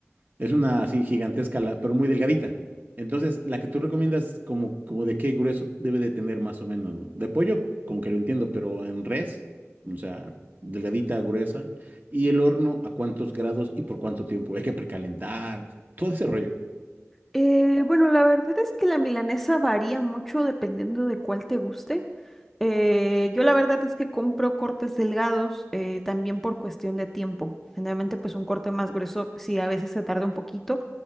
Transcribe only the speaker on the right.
Es una así gigantesca, la- pero muy delgadita. Entonces, la que tú recomiendas, como, como de qué grueso debe de tener más o menos, ¿no? De pollo, como que lo entiendo, pero en res, o sea, delgadita, gruesa. Y el horno, ¿a cuántos grados y por cuánto tiempo? Hay que precalentar, todo ese rollo.